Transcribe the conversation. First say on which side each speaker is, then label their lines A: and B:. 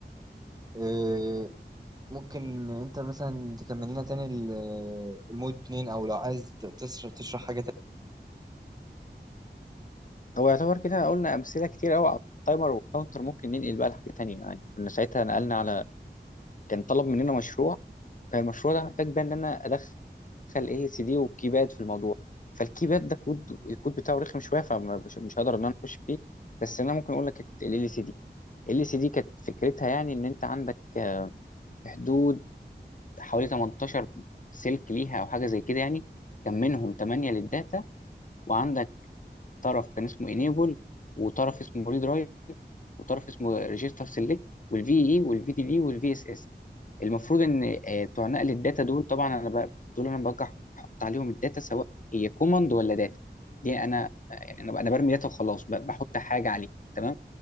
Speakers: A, on the right; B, on the left.
A: إيه ممكن انت مثلا تكمل لنا تاني ال- المود اتنين او لو عايز ت- تشرح تشرح حاجه تانية
B: هو يعتبر كده قلنا أمثلة كتير قوي على التايمر والكاونتر ممكن ننقل بقى لحاجة تانية يعني كنا ساعتها نقلنا على كان طلب مننا مشروع كان المشروع ده محتاج بقى ان انا ادخل اي سي دي وكيباد في الموضوع فالكيباد ده كود الكود بتاعه رخم شوية فمش مش هقدر ان انا اخش فيه بس انا ممكن اقول لك ال ال سي دي ال سي دي كانت فكرتها يعني ان انت عندك آه، في حدود حوالي 18 سلك ليها او حاجة زي كده يعني كان منهم 8 للداتا وعندك طرف كان اسمه انيبل وطرف اسمه ريدرايت وطرف اسمه ريجستر سيلكت والفي اي والفي دي بي والفي اس اس المفروض ان آه، بتوع نقل الداتا دول طبعا انا ب- دول انا برجع احط عليهم الداتا سواء هي كوماند ولا داتا دي انا آه، يعني انا انا برمي داتا وخلاص ب- بحط حاجه عليه تمام